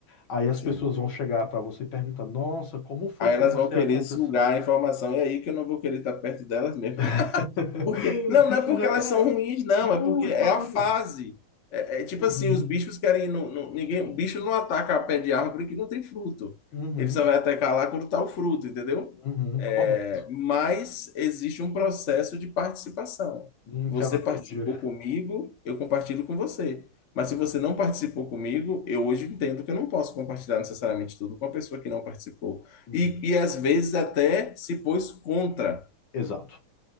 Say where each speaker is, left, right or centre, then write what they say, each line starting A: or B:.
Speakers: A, on the left; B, on the left.
A: Aí as
B: Sim.
A: pessoas vão chegar para você e perguntar: Nossa, como foi
B: Aí
A: que
B: elas
A: você
B: vão querer
A: aconteceu?
B: sugar a informação, e é aí que eu não vou querer estar perto delas mesmo.
A: <laughs>
B: Porque, não,
A: Isso
B: não é porque
A: já
B: elas
A: é.
B: são ruins, não,
A: Não,
B: é porque
A: é
B: é
A: claro.
B: a fase. É, é tipo
A: Uhum,
B: assim, os bichos querem. Não, não- ninguém, o bicho não ataca a pé de árvore que não tem fruto.
A: uhum,
B: Ele só vai atacar lá quando tá o fruto, entendeu?
A: uhum,
B: É,
A: correto.
B: mas existe um processo de participação.
A: Hum,
B: Você
A: que analogia.
B: participou comigo, eu compartilho com você. Mas se você não participou comigo, eu hoje entendo que eu não posso compartilhar necessariamente tudo com a pessoa que não participou.
A: Uhum.
B: E, e às vezes até se pôs contra.
A: Exato,